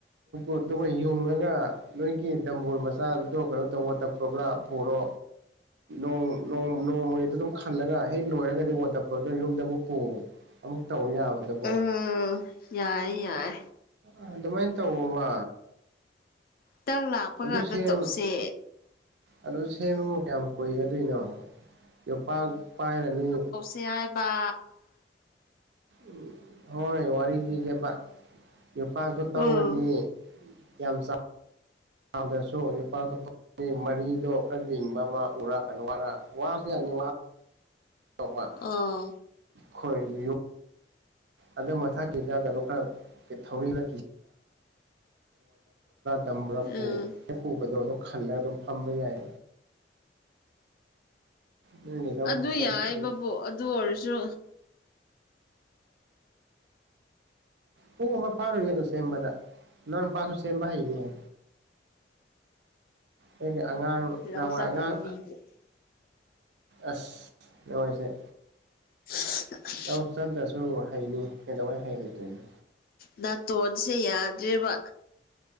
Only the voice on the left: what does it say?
ꯎꯝ ꯌꯥꯏ ꯌꯥꯏꯦ
ꯇꯪ ꯂꯥꯛꯄ ꯀꯥꯟꯗ
ꯇꯧꯁꯦ
ꯁꯤ ꯌꯥꯥꯏꯕ
ꯎꯝ
ꯑꯥ
ꯎꯝ
ꯑꯗꯨ
ꯌꯥꯏꯕꯕꯨ ꯑꯗꯨ ꯑꯣꯏꯔꯁꯨ
ꯂꯧ
ꯆꯠꯇꯕ
ꯃꯤꯕꯨ
ꯍ <inaudible>
ꯅꯥꯇꯣꯟꯁꯦ ꯌꯥꯗ꯭ꯔꯦꯕ